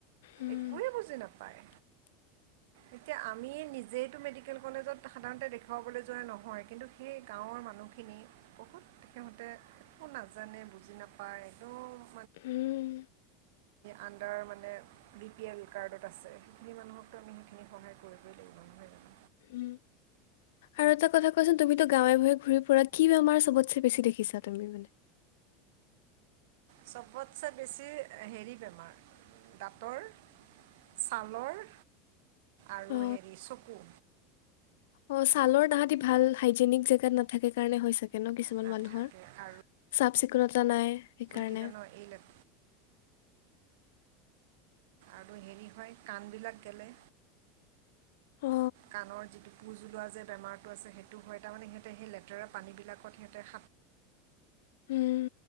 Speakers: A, on the left; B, on the right.
A: উম
B: একোৱে বুজি নাপায়।
A: <inaudible>
B: এতিয়া আমি নিজেইটো মেডিকেল কলেজত সাধাৰণতে দেখুৱাবলৈ যোৱা নহয় কিন্তু সেই গাঁৱৰ, মানুহখিনি বহুত সিহঁতে একো নাজানে বুজি নাপায় একদম,
A: উম,
B: আমাৰ মানে বি পি এল কাৰ্ডত আছে সেইখিনি মানুহকতো আমি সেইখিনি সহায় কৰিবই লাগিব নহয় জানো।
A: উম, আৰু এটা কথা কোৱাচোন তুমিতো গাঁৱে ভূঞে ঘূৰি ফুৰাত কি বেমাৰ চবতে বেছি দেখিছা তুমি মানে।
B: চবতছে বেছি হেৰি বেমাৰ, দাঁতৰ। ছালৰ আৰু
A: অ
B: হেৰি চকু
A: অ' ছালৰ তাহাঁতি ভাল হাইজেনিক জেগাত নাথাকে কাৰণে হয় চাগে। <unintelligible> কিছুমান
B: নাথাকে
A: মানুহৰ
B: আৰু
A: চাফ চিকুণতা নাই সেইকাৰণে
B: কি জান
A: <inaudible>
B: এই লেট আৰু হেৰি হয় কাণবিলাক গেলে
A: অ
B: কাণৰ যিটো পুজ ওলোৱা যে বেমাৰতটো আছে সেইটো হয় তাৰানে সিহঁতে সেই লেতেৰা পানী বিলাকত সিহঁতে
A: <inaudible> উম